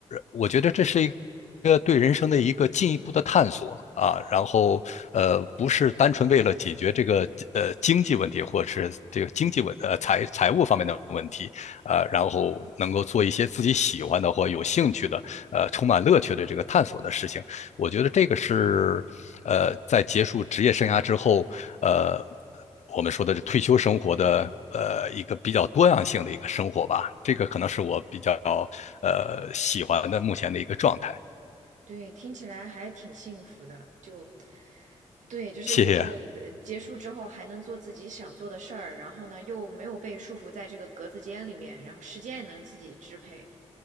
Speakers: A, on the left; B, on the right.
A: 我觉得这是一个。这个对人生的一个进一步的探索啊，然后呃，不是单纯为了解决这个呃经济问题，或者是这个经济问呃财财务方面的问题，呃，
B: 嗯。
A: 然后能够做一些自己喜欢的或有兴趣的，呃，充满乐趣的这个探索的事情。我觉得这个是，呃，在结束职业生涯之后，呃，我们说的是退休生活的，呃，一个比较多样性的一个生活吧。这个可能是我比较
B: 嗯
A: 呃喜欢的目前的一个状态。
B: 对，听起来还挺幸福的。就对，就是就是呃结束之后还能做自己想做的事儿，
A: 谢谢
B: 然后呢又没有被束缚在这个格子间里面，然后时间也能自己支配，